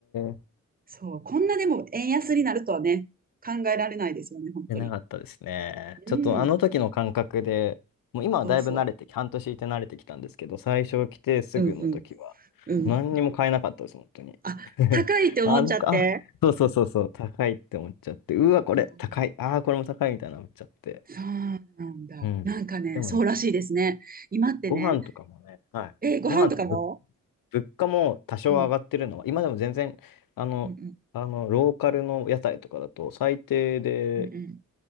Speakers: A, on the left; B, on the right.
A: ー、
B: そう、こんなでも円安になるとはね、考えられないですよね、本当に。
A: 出なかったですね。
B: うん、
A: ちょっとあの時の感覚で、もう今はだいぶ慣れてき、
B: そうそ
A: 半年いて慣れてきたんですけど、最初来てすぐの時は、
B: う。うんうんうん。
A: 何にも買えなかったです、本当に。
B: あ、
A: <laughs>
B: 高いって思っちゃって。
A: あ、なんか、あ、そうそうそうそう、高いって思っちゃって、うわ、これ高い、
B: そう
A: ああ、これも高いみたいな思っちゃって。
B: そうなんだ。
A: うん。
B: なんかね、
A: でもね、
B: そうらしいですね。今ってね、
A: ご飯とかもね、はい。
B: えー、ご飯とかも
A: ご飯とか物価も多少上がってるのは、
B: うん、
A: 今でも全然、あの、
B: うん、うん、
A: あの、ローカルの屋台とかだと、最低で
B: うん、うん、